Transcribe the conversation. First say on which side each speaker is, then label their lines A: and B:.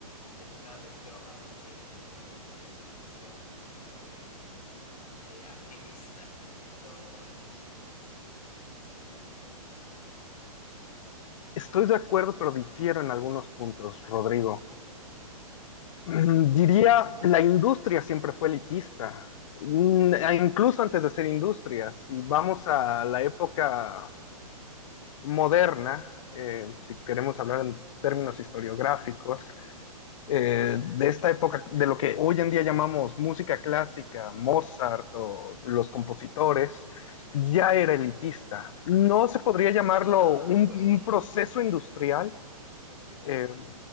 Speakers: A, on the left (about 85°); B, on the left (about 55°).
A: de prestar atención a el rock y a su intención medio de eh, activista por momentos.
B: estoy de acuerdo, pero difiero en algunos puntos, Rodrigo. Mm, diría, la industria siempre fue elitista, Mm, e incluso antes de ser industria, si vamos a la época moderna, eh, si queremos hablar en términos historiográficos, eh, de esta época, de lo que hoy en día llamamos música clásica, Mozart o los compositores, ya era elitista. No se podría llamarlo
A: Ah,
B: un,
A: pues
B: un
A: sí.
B: proceso industrial,
A: Pues sí, pues
B: eh,
A: sí.